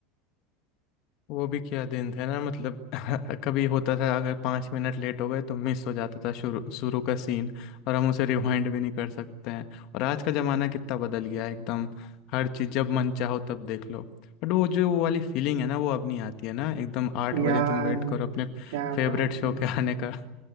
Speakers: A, on the left; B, on the right.
A: वो भी क्या दिन थे ना मतलब <laughs> कभी होता था अगर पाँच मिनट लेट हो गए तो मिस हो जाता था शुरू शुरू का सीन और हम उसे रिवाइंड भी नहीं कर सकते हैं और आज का ज़माना कितना बदल गया है एकदम हर चीज़ जब मन चाहो तब देख लो बट वो जो वो वाली फीलिंग है ना वो अब नहीं आती है ना एकदम आठ बजे
B: यार
A: तुम वेट करो अपने
B: क्या
A: फेवरेट
B: बात
A: शो
B: है
A: के आने का